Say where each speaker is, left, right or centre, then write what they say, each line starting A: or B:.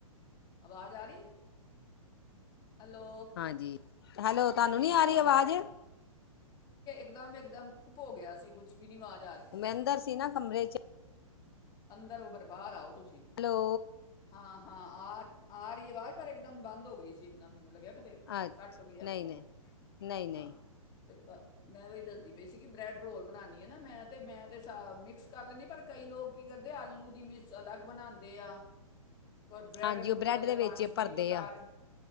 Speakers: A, on the left; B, on the left.
A: ਆਵਾਜ਼ ਆ ਰਹੀ ਹੈਲੋ
B: ਹਾਂਜੀ ਹੈਲੋ ਤੁਹਾਨੂੰ ਨੀ
A: ਹਾਂ
B: ਆ ਰਹੀ ਆਵਾਜ਼
A: ਇਕਦਮ ਇੱਕਦਮ ਧੁੱਪ ਹੋ ਗਿਆ ਸੀ ਕੁੱਛ ਵੀ ਨੀ ਵਾਚ <unintelligible>
B: ਉਹ ਮੈਂ ਅੰਦਰ ਸੀ ਨਾ ਕਮਰੇ ਚ
A: ਅੰਦਰ ਉਹ ਫਿਰ ਬਾਹਰ ਆਓ ਤੁਸੀਂ
B: ਹੈਲੋ
A: ਹਾਂ ਹਾਂ ਆ ਆ ਰਹੀ ਆਵਾਜ਼ ਪਹਿਲੇ ਇੱਕਦਮ ਬੰਦ ਹੋ ਗਈ ਸੀ <unintelligible> ਮੈਨੂੰ ਲੱਗਿਆ ਤੇ
B: ਅੱ
A: ਕਟ ਗਿਆ
B: ਨਹੀਂ
A: ਫੋਨ
B: ਨਹੀਂ ਨਹੀਂ ਨਹੀਂ
A: ਹਾਂ ਅਤੇ ਬ ਮੈਂ ਬਹੀ ਦੱਸਦੀ <unintelligible> ਸੀਗੀ ਬ੍ਰੈਡ ਰੋਲ ਬਣਾਉਂ ਆ ਨਾ ਮੈਂ ਤੇ ਮੈਂ ਤੇ ਕੁਛ ਕਰ ਲੈਂਦੇ ਪਰ ਕਈ ਲੋਕ <unintelligible> ਕੀ ਕਰਦੇ ਆਲੂ ਦੀ ਮਿਨਸ ਅਲੱਗ ਬਣਾਉਂਦੇ ਆ ਔਰ ਬ੍ਰੈਡ
B: ਹਾਂਜੀ
A: ਨੂੰ
B: ਉਹ
A: ਥੋੜ੍ਹਾ ਜਿਹਾ
B: ਦੇ
A: ਪਾਣੀ
B: ਵਿੱਚ ਭਰਦੇ
A: ਡਿੱਪ ਕਰ
B: ਆ